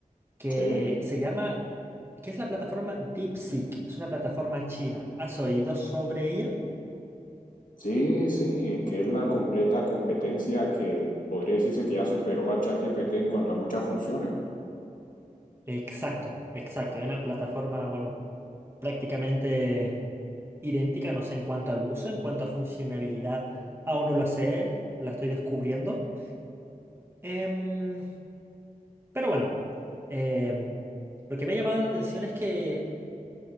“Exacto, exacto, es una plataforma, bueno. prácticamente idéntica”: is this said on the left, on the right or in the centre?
Right